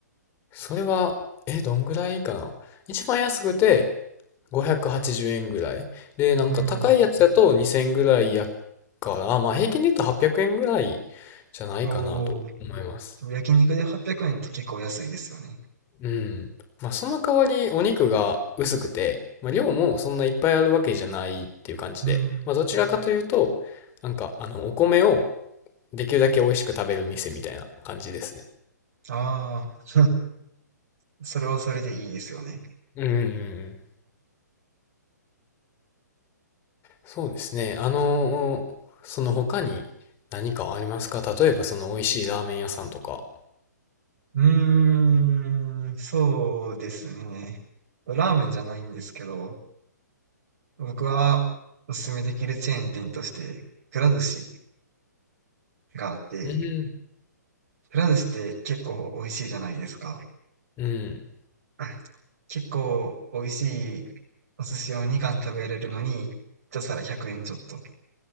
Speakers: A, on the left (about 25°); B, on the right (about 55°).
A: それは、え、どんぐらいかな。一番安くて580円ぐらい。で、なんか高いやつだと2000円ぐらいや
B: うん。
A: から、まあ平均で言うと800円ぐらいじゃないかなと思います。
B: おお。でも焼肉で800円って結構安いですよね。
A: うん。まあ、その代わりお肉が薄くて、まあ、量もそんないっぱいあるわけじゃないっていう感じで、
B: うん。
A: まあ、どちらかというと、なんか、あの、お米をできるだけ美味しく食べる店みたいな感じですね。
B: ああ、それはそれでいいですよね。
A: うんうんうん。そうですね。あの、その他に何かありますか例えばその美味しいラーメン屋さんとか。
B: うーん、そうですね。ラーメンじゃないんですけど、僕はおすすめできるチェーン店として、くら寿司があって、
A: うん。
B: くら寿司って結構美味しいじゃないですか。
A: うん。
B: <laughs> あ、結構美味しいお寿司を2貫食べれるのに、一皿100円ちょっとっ